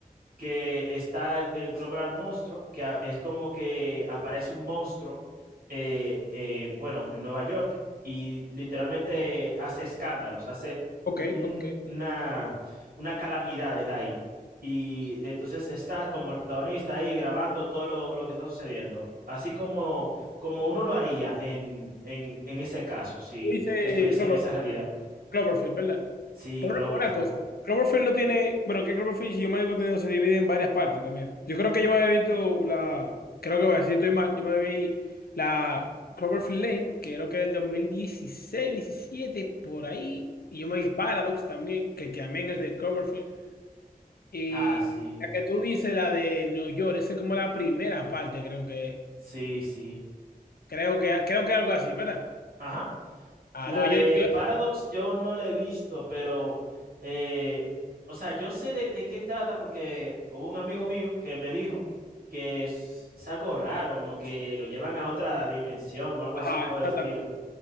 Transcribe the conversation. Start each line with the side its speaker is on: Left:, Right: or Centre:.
Right: que está el, el Club del Monstruo, que a- es como que aparece un monstruo, eh, eh, bueno, en Nueva York, y literalmente hace escándalos, hace
Left: Ok,
Right: un-
Left: ok.
Right: una, una calamidad ahí. Y entonces está como el protagonista ahí grabando todo lo, lo que está sucediendo, así como, como uno lo haría en, en, en ese caso, si
Left: Tú dices
Right: estuviese
Left: Clover-
Right: en esa realidad.
Left: Cloverfield, ¿verdad?
Right: Sí,
Left: Pero
Right: Cloverfield.
Left: una cosa, Cloverfield no tiene. Bueno, que Cloverfield, si yo me he contenido, se divide en varias partes también. Yo creo que yo me había visto la. Creo que voy a decir, estoy mal. Yo me vi la Cloverfield Lane, que creo que es del 2016, 17 por ahí. Y yo me vi Paradox también, que, que también es de Cloverfield. Y
Right: Ah, sí,
Left: la que tú dices, la de New York, esa es como la primera parte, creo que.
Right: sí, sí.
Left: Creo que creo que algo así, ¿verdad?
Right: Ajá.
Left: Ah,
Right: La
Left: tú, yo,
Right: de
Left: yo-
Right: Paradox yo no la he visto, pero, eh, o sea, yo sé de, de qué trata porque hubo un amigo mío que me dijo que es, es algo raro, como que lo llevan a otra dimensión o algo
Left: ajá,
Right: así por
Left: exactamente.
Right: el estilo.